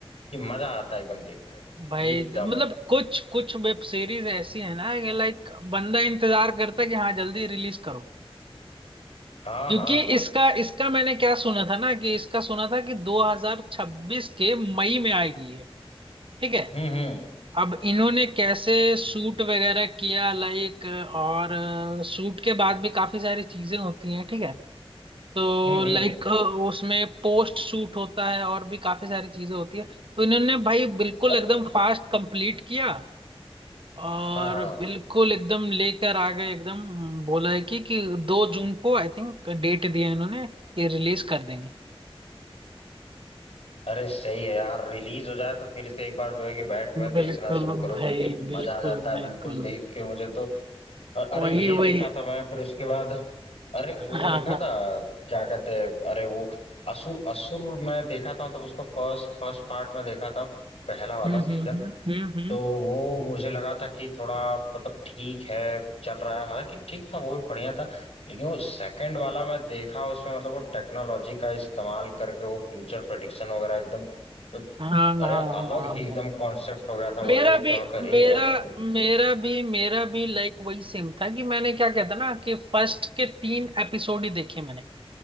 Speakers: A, on the left; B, on the right.
A: कि मजा आता है एकदम देख कर
B: भाई
A: एकदम
B: मतलब कुछ कुछ वेब सीरीज ऐसी है ना कि लाइक बंदा इंतजार करता है कि हाँ जल्दी रिलीज करो
A: हाँ
B: क्योंकि
A: हाँ
B: इसका इसका मैंने क्या सुना था ना कि इसका सुना था कि 2026 के मई में आएगी ये ठीक है
A: हम्म हम्म
B: अब इन्होंने कैसे शूट वगैरह किया लाइक और शूट के बाद भी काफी सारी चीजें होती हैं ठीक है तो
A: हम्म हम्म
B: लाइक उसमें पोस्ट शूट होता है और भी काफी सारी चीजें होती है तो इन्होंने भाई बिल्कुल
A: अरे
B: एकदम फास्ट कंप्लीट किया और
A: हाँ हाँ
B: बिल्कुल एकदम लेकर आ गए एकदम बोला है कि कि दो जून को आई थिंक डेट दिया है इन्होंने कि रिलीज कर देंगे
A: अरे सही है यार रिलीज हो जाए तो फिर से एक बार जो है कि बैठ के मैं देखना
B: बिल्कुल
A: शुरू करूँ
B: भाई
A: जो है कि अरे मजा
B: बिल्कुल
A: आ जाता है
B: बिल्कुल
A: बिल्कुल देख के मुझे तो और अरे
B: वही
A: ये
B: वही
A: देखा था मैं फिर उसके बाद अरे वो
B: हाँ
A: देखा
B: हाँ
A: था क्या कहते हैं अरे वो असुर असुर मैं देखा था तब उसका फर्स्ट फर्स्ट पार्ट में देखा था पहला वाला
B: हम्म
A: सीजन
B: हम्म हम्म हम्म, हम्म।
A: तो वो मुझे लगा था कि थोड़ा मतलब ठीक है चल रहा है हालांकि ठीक था वो भी बढ़िया था लेकिन वो सेकंड वाला मैं देखा उसमें मतलब वो टेक्नोलॉजी का इस्तेमाल करके वो फ्यूचर प्रेडिक्शन वगैरह एकदम तो,
B: हाँ हाँ
A: अरे
B: हाँ
A: अलग
B: हाँ हाँ।
A: ही एकदम
B: हाँ।
A: कॉन्सेप्ट हो गया था वो
B: मेरा
A: देख
B: भी
A: के मैं कर
B: मेरा
A: रही यार तो,
B: मेरा भी मेरा भी लाइक वही सेम था कि मैंने क्या कहता ना कि फर्स्ट के तीन एपिसोड ही देखे मैंने